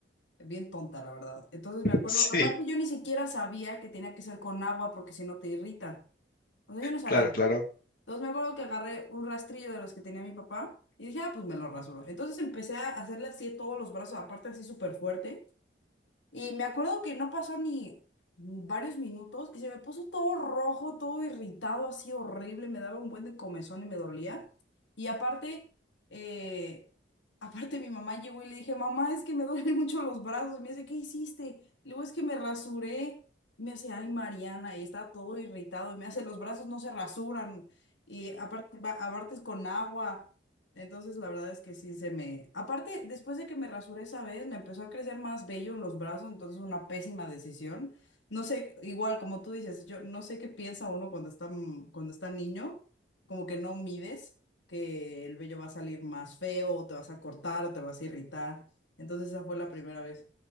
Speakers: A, on the left; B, on the left.
A: Bien tonta, la verdad. Entonces me acuerdo,
B: sí,
A: aparte yo ni siquiera sabía que tenía que ser con agua porque si no te irrita. O sea, yo no sabía.
B: claro, claro.
A: Entonces me acuerdo que agarré un rastrillo de los que tenía mi papá y dije, ah, pues me lo rasuro. Entonces empecé a hacerle así todos los brazos, aparte así súper fuerte. Y me acuerdo que no pasó ni varios minutos y se me puso todo rojo, todo irritado, así horrible, me daba un buen de comezón y me dolía. Y aparte, eh, aparte mi mamá llegó y le dije, mamá, es que me <laughs> duelen mucho los brazos. Y me dice, ¿qué hiciste? Y luego es que me rasuré. Y me hace, ay, Mariana, y está todo irritado. Y me hace, los brazos no se rasuran. Y aparte, ba- aparte es con agua. Entonces, la verdad es que sí se me... Aparte, después de que me rasuré esa vez, me empezó a crecer más vello en los brazos, entonces una pésima decisión. No sé, igual como tú dices, yo no sé qué piensa uno cuando está, m- cuando está niño, como que no mides que el vello va a salir más feo, o te vas a cortar, o te vas a irritar. Entonces, esa fue la primera vez